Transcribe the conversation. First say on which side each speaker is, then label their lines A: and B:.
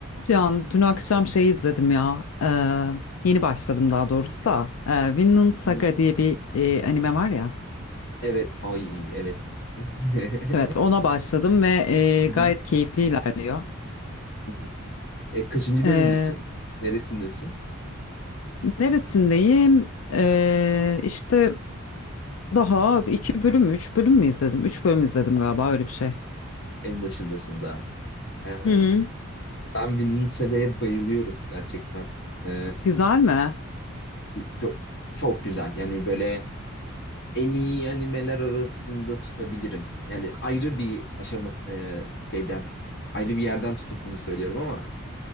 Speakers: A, on the left; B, on the left.
A: Can, dün akşam şey izledim ya. Ee, yeni başladım daha doğrusu da. Ee, Vinland Saga
B: Hmm.
A: diye bir e, anime var ya.
B: Evet. Ay evet. <laughs> Hı
A: Evet, ona başladım ve e,
B: hı.
A: gayet keyifli ilerliyor.
B: Hı hı. E, kaçıncı
A: Ee,
B: bölümdesin? Neresindesin?
A: neresindeyim? Ee, işte daha iki bölüm mü, üç bölüm mü izledim? Üç bölüm izledim galiba öyle bir şey.
B: En başındasın daha. E,
A: Hı hı.
B: ben Vinland Saga'ya bayılıyorum gerçekten. E,
A: Güzel mi?
B: çok çok güzel. Yani böyle en iyi animeler arasında tutabilirim. Yani ayrı bir aşaması e, şeyden ayrı bir yerden tutup bunu söylüyorum ama